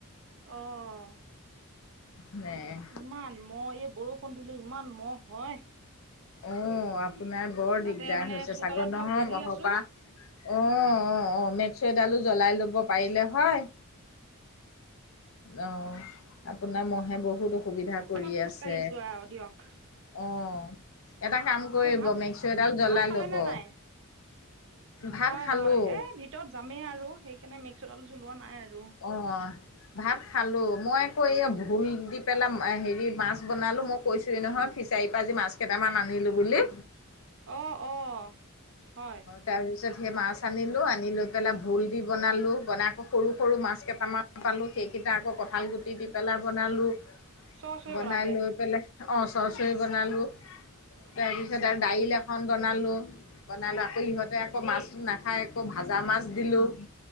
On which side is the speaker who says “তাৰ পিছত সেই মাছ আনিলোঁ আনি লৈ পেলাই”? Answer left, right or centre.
Left